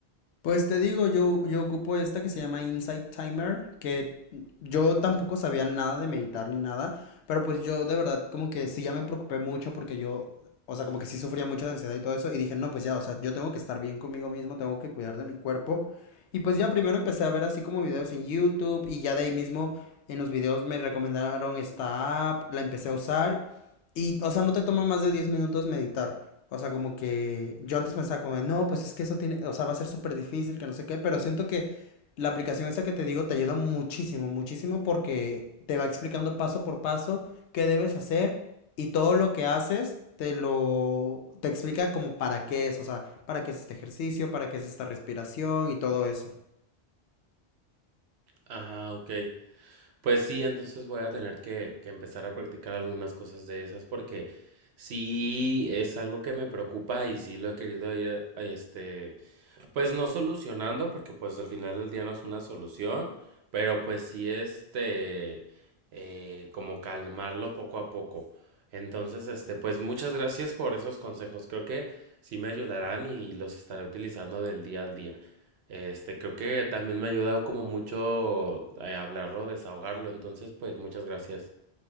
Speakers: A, on the left; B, on the right.
A: Pues te digo, yo, yo ocupo esta que se llama Insight Timer, que yo tampoco sabía nada de meditar ni nada, pero pues yo de verdad como que sí ya me preocupé mucho porque yo, o sea, como que sí sufría mucho de ansiedad y todo eso, y dije, no, pues ya, o sea, yo tengo que estar bien conmigo mismo, tengo que cuidar de mi cuerpo. Y pues ya primero empecé a ver así como videos en YouTube y ya de ahí mismo en los videos me recomendaron esta app, la empecé a usar y, o sea, no te toma más de 10 minutos meditar. O sea, como que yo antes pensaba como, de, no, pues es que eso tiene, o sea, va a ser súper difícil, que no sé qué, pero siento que la aplicación esta que te digo te ayuda muchísimo, muchísimo porque te va explicando paso por paso qué debes hacer y todo lo que haces te lo, te explica como para qué es, o sea, para qué es este ejercicio, para qué es esta respiración y todo eso.
B: Ah, ok. Pues sí, entonces voy a tener que, que empezar a practicar algunas cosas de esas porque sí es algo que me preocupa y sí lo he querido ir, este, Pues no solucionando, porque pues al final del día no es una solución, pero pues sí este, eh, como calmarlo poco a poco. Entonces, este, pues muchas gracias por esos consejos. Creo que sí me ayudarán y los estaré utilizando del día al día. Este, creo que también me ha ayudado como mucho eh, hablarlo, desahogarlo. Entonces, pues muchas gracias.